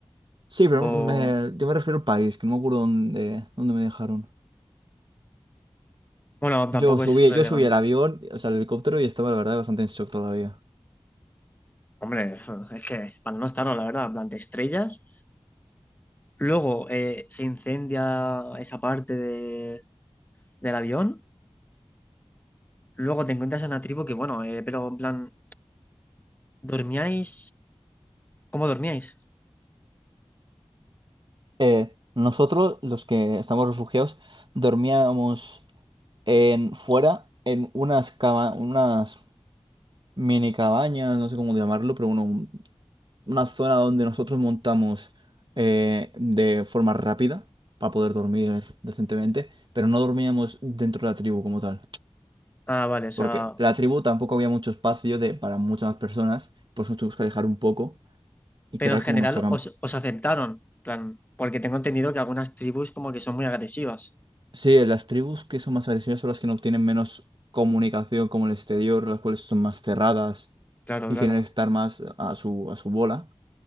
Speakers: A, on the right; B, on the left.
A: Sí, pero
B: O...
A: me- yo me refiero al país, que no me acuerdo dónde, dónde me dejaron.
B: Bueno, tampoco
A: Yo subí,
B: es relevante.
A: yo subí al avión, o sea, al helicóptero y estaba la verdad bastante en shock todavía.
B: Hombre, es que para no estarlo, la verdad, en plan, te estrellas. Luego eh, se incendia esa parte de- del avión. Luego te encuentras a una tribu que, bueno, eh, pero en plan, ¿dormíais? ¿Cómo dormíais?
A: Eh, nosotros, los que estamos refugiados, dormíamos en, fuera en unas, caba- unas mini cabañas, no sé cómo llamarlo, pero bueno, un- una zona donde nosotros montamos eh, de forma rápida para poder dormir decentemente, pero no dormíamos dentro de la tribu como tal,
B: Ah, vale, o sea,
A: porque la tribu tampoco había mucho espacio de, para muchas más personas, por eso nos tuvimos que alejar un poco y
B: pero
A: crear
B: en
A: como
B: general
A: nuestro
B: os, os aceptaron, plan, porque tengo entendido que algunas tribus como que son muy agresivas.
A: Sí, las tribus que son más agresivas son las que no tienen menos comunicación como el exterior, las cuales son más cerradas
B: Claro,
A: y
B: claro.
A: quieren estar más a su, a su bola.